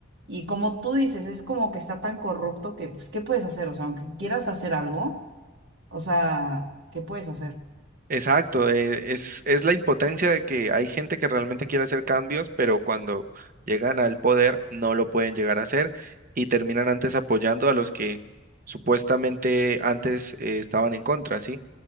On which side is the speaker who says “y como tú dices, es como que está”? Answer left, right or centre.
Right